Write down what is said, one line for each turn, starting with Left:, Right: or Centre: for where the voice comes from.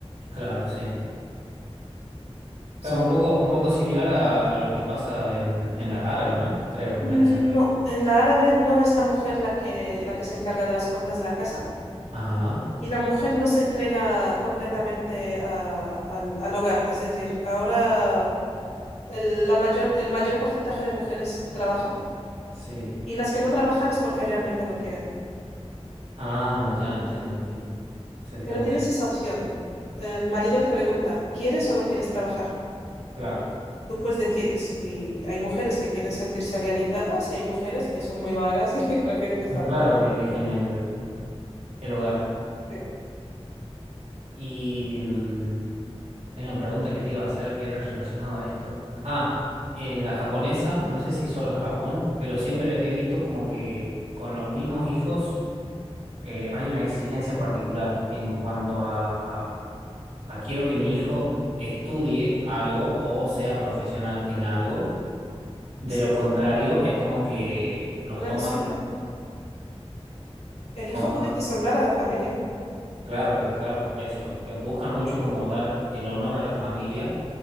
Right: Claro, sí. Claro,
Left: Son,
Right: un poco, un poco similar a, a lo que pasa en, en la árabe, ¿no? Creo,
Left: mm,
Right: en ese aspecto.
Left: no, en la árabe no es la mujer la que, la que se encarga de las cuentas de la casa
Right: Ajá,
Left: y la mujer no se entrega completamente a- al, al hogar. Es decir, ahora el, la mayor, el mayor porcentaje de mujeres trabaja
Right: sí.
Left: y las que no trabajan es porque realmente no quieren.
Right: Ah, ya, entiendo, entiendo. Esa diferencia,
Left: Pero tienes
Right: sí.
Left: esa opción. El marido te pregunta, ¿quieres o no quieres trabajar?
Right: Claro.
Left: Y tú pues decides. Y hay mujeres que quieren sentirse realizadas y hay mujeres que son muy vagas <laughs> y prefieren estar
Right: No, Claro
Left: en casa.
Right: que eligen el, el hogar.
Left: Sí,
Right: Y mm, hay una pregunta que te iba a hacer que era relacionada a esto. Ah, en la japonesa, no sé si solo en Japón, pero siempre he visto como que con los mismos hijos eh, hay una exigencia particular en cuanto a, a quiero que mi hijo estudie algo o sea profesional en algo. De
Left: sí,
Right: lo contrario, es como que los
Left: una
Right: toman
Left: deshonra. El hijo
Right: como
Left: puede
Right: para...
Left: deshonrar a la familia,
Right: Claro que, claro, eso. eh, buscan mucho como dar el honor a la familia